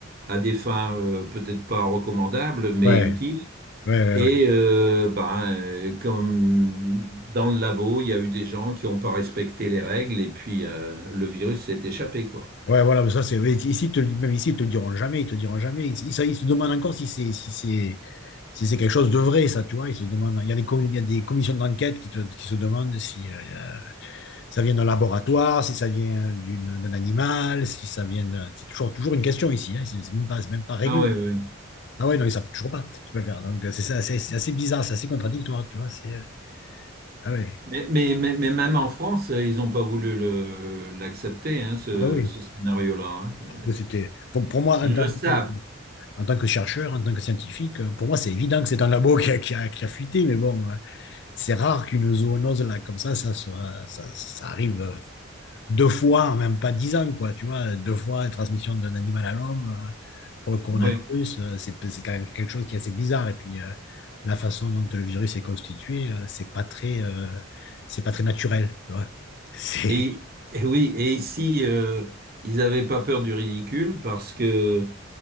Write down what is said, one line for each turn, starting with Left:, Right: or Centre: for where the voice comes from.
Right: à des fins euh, peut-être pas recommandables, mais
Left: Ouais,
Right: utiles.
Left: ouais,
Right: Et
Left: ouais.
Right: euh, ben, euh, comme dans le labo, il y a eu des gens qui n'ont pas respecté les règles et puis euh, le virus s'est échappé, quoi.
Left: Ouais, voilà, mais ça, c'est, mais ici, ils te, le- même ici, ils te le diront jamais, ils te le diront jamais. Ils, ils se ils se demandent encore si c'est, si c'est, si c'est quelque chose de vrai, ça, tu vois. Ils se demandent, il y a des, com- il y a des commissions d'enquête qui te, qui se demandent si, euh, ça vient d'un laboratoire, si ça vient d'une- d'un animal, si ça vient d'un- C'est toujours, toujours une question ici, hein, c'est c'est même pas, c'est même pas réglé.
Right: Ah ouais, ouais, ouais.
Left: Ah ouais, non, ils savent toujours pas, tu peux le faire. Donc, euh, c'est ça, c'est c'est assez bizarre, c'est assez contradictoire, tu vois. C'est, euh, ah ouais,
Right: Mais, mais, mais, mais même en France, euh, ils n'ont pas voulu le, l'accepter, hein, ce,
Left: ah bah oui.
Right: ce scénario-là. hein. Euh,
Left: Bah, C'était, pour, pour moi,
Right: Ils
Left: en tant,
Right: le
Left: en
Right: savent.
Left: tant- en tant que chercheur, en tant que scientifique, euh, pour moi, c'est évident que c'est un labo qui a, qui a, qui a fuité, mais bon, euh, c'est rare qu'une zoonose là, comme ça, ça, soit, ça, ça arrive euh, deux fois en même pas dix ans, quoi, tu vois, deux fois la transmission d'un animal à l'homme. euh, pour le coronavirus,
Right: Ouais.
Left: euh, c'est c'est quand même quelque chose qui est assez bizarre. Et puis, euh, la façon dont le virus est constitué, euh, c'est pas très, euh, c'est pas très naturel, tu vois. <laughs> C'est,
Right: Et, et oui, et ici, euh, ils n'avaient pas peur du ridicule parce que